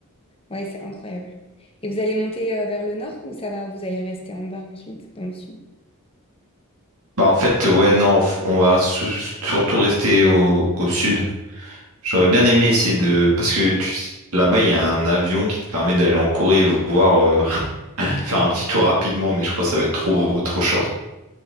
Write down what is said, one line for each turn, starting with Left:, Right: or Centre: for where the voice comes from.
Left: Ouais, c'est incroyable. Et vous allez monter euh, vers le nord ou ça va, vous allez rester en bas ensuite, dans le sud?
Right: Bah, en fait, ouais, non, on va sou- surtout rester au, au sud. J'aurais bien aimé essayer de... Parce que tu sais, là-bas, il y a un avion qui te permet d'aller en Corée, voir, euh, <laughs> faire un petit tour rapidement, mais je crois que ça va être trop, trop short.